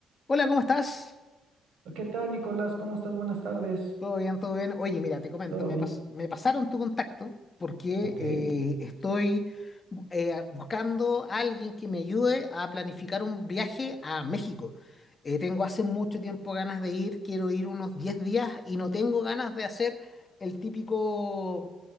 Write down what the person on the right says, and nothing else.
¿Qué tal, Nicolás? ¿Cómo estás? Buenas tardes.
¿Todo
bien?
Ok.
Eh,